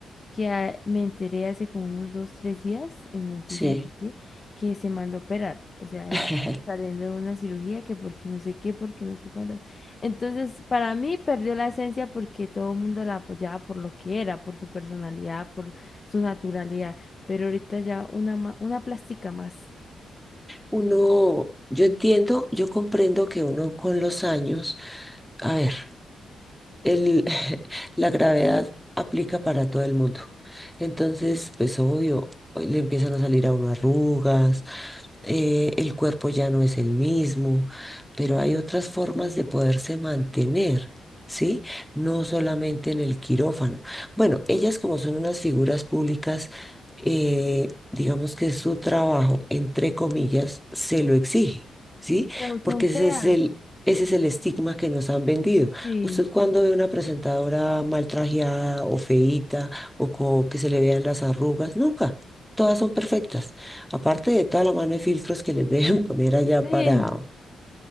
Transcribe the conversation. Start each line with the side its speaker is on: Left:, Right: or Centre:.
Left: que a- me enteré hace como unos dos, tres días en noticias
Centre: sí.
Left: así, que se mandó a operar. O sea,
Centre: <laughs>
Left: está saliendo de una cirugía que porque no sé qué, porque no sé cuántas. Entonces, para mí perdió la esencia porque todo el mundo la apoyaba por lo que era, por su personalidad, por su naturalidad. Pero ahorita ya una, ma- una plástica más.
Centre: Uno, yo entiendo, yo comprendo que uno con los años, a ver. El, <laughs> la gravedad aplica para todo el mundo. Entonces, pues obvio, le empiezan a salir a uno arrugas, eh, el cuerpo ya no es el mismo, pero hay otras formas de poderse mantener, ¿sí? No solamente en el quirófano. Bueno, ellas como son unas figuras públicas, eh, digamos que su trabajo, entre comillas, se lo exige, ¿sí?
Left: Pero
Centre: Porque
Left: son
Centre: ese
Left: feas,
Centre: es el... Ese es el estigma que nos han vendido.
Left: sí.
Centre: Usted cuando ve una presentadora mal trajeada o feíta o co- que se le vean las arrugas, nunca. Todas son perfectas. Aparte de toda la mano de filtros que les deben <laughs> poner allá
Left: Sí.
Centre: para,